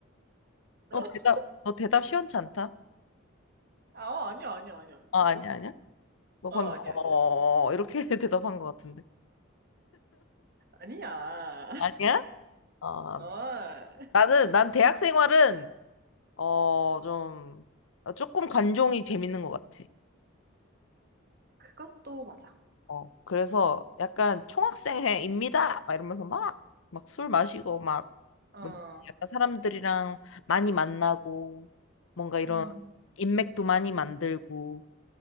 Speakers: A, on the left; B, on the right.
A: 너
B: <laughs>
A: 대답 너 대답 시원치 않다.
B: 아, 아니야, 아니야, 아니야, 아니야.
A: 아 아니야 아니야. 너
B: 어,
A: 방금
B: 아니야,
A: 어
B: 아니야, 아니야.
A: 이렇게 <laughs> 대답한 것 같은데.
B: 아니야. <laughs>
A: 아니야? 아
B: 어,
A: 나는 난 대학 생활은 어좀 아, 조금 관종이 재밌는 것 같아.
B: 그건 또 맞아.
A: 어 그래서 약간 총학생회입니다. 막 이러면서 막 막 술 마시고 막
B: 어, 어,
A: 뭔지 알지? 약간 사람들이랑 많이 만나고 뭔가 이런
B: 음,
A: 인맥도 많이 만들고.